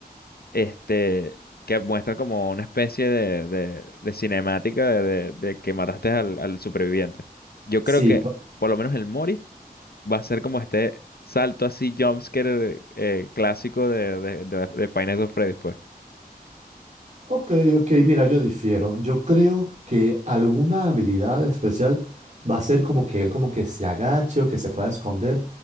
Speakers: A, on the left; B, on the right.
A: este, que muestran como una especie de, de- de cinemática de, de- de que mataste al, al superviviente. Yo
B: Sí,
A: creo que
B: cu-
A: por lo menos el Mori va a ser como este salto así jumpscare eh, clásico de, de, de, de Five Nights at Freddy's, pues.
B: Ok, ok, mira, yo difiero. Yo creo que alguna habilidad especial va a ser como que él como que se agache o que se pueda esconder